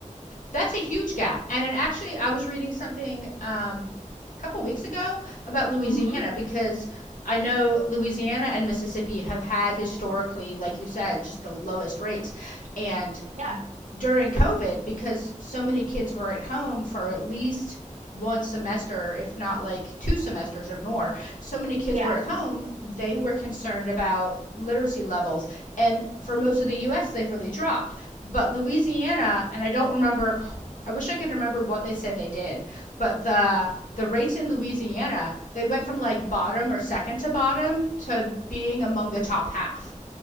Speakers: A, on the left; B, on the right.
A: That's a huge gap. And it actually I was reading something um a couple weeks ago about Louisiana
B: hmm
A: because I know Louisiana and Mississippi have had historically like you said just the lowest rates and
B: Yeah,
A: during COVID because so many kids were at home for at least one semester, if not like two semesters or more. So many kids
B: yeah,
A: were at home, they were concerned about literacy levels. And for most of the US, they've really dropped. But Louisiana, and I don't remember, I wish I could remember what they said they did, but the the rates in Louisiana, they went from like bottom or second to bottom to being among the top half.